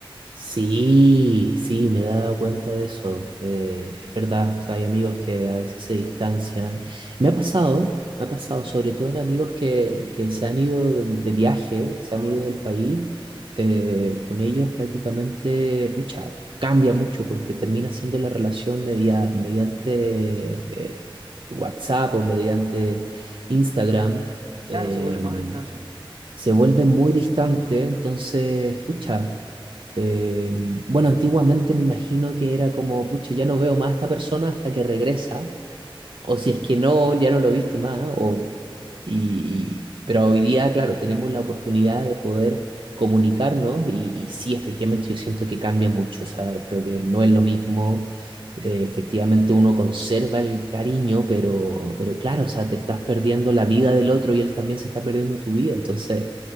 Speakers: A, on the right (about 65°); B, on the right (about 85°).
A: Sí, sí, me he dado cuenta de eso. Eh, es verdad, o sea, hay amigos que a veces se distancian. Me ha pasado, me ha pasado, sobre todo en amigos que, que se han ido de viaje, se
B: Ajá,
A: han ido
B: sí.
A: del país. eh, con ellos prácticamente, pucha, cambia mucho porque termina siendo la relación media- mediante eh, WhatsApp o mediante Instagram.
B: Claro,
A: Em,
B: se vuelve más a distancia.
A: se vuelve muy distante, entonces, pucha, eh, bueno, antiguamente me imagino que era como, pucha, ya no veo más a esta persona hasta que regresa o si es que no, ya no lo viste más, o, y, y- pero hoy día, claro, tenemos la oportunidad de poder comunicarnos y, y sí, efectivamente yo siento que cambia mucho, o sea, creo que no es lo mismo, eh, efectivamente uno conserva el cariño, pero, pero claro, o sea, te estás perdiendo la vida del otro y él también se está perdiendo tu vida, entonces